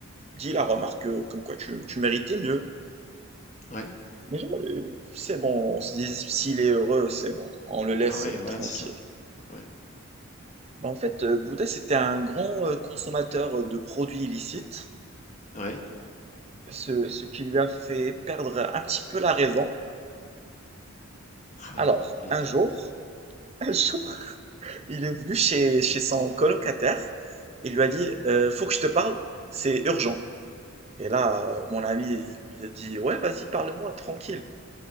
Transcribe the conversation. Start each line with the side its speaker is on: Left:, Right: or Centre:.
Right: dit la remarque que, comme quoi tu, tu méritais mieux.
Left: ouais.
Right: Mais genre, euh, c'est bon, on se dit, s'il est heureux, c'est bon, on le laisse
Left: Ah ouais,
Right: euh,
Left: voilà,
Right: tranquille.
Left: c'est ça. Ouais,
Right: Bah, en fait, euh, Bouddha, c'était un grand euh, consommateur euh, de produits illicites,
Left: ouais.
Right: ce, ce qui lui a fait perdre un petit peu la raison.
Left: Ah
Right: Alors,
Left: oui, il était
Right: un jour, <laughs> un jour, il est venu chez, chez son colocataire, il lui a dit, Euh, faut que je te parle, c'est urgent. Et là, euh, mon ami, il lui a dit, ouais, vas-y, parle-moi, tranquille.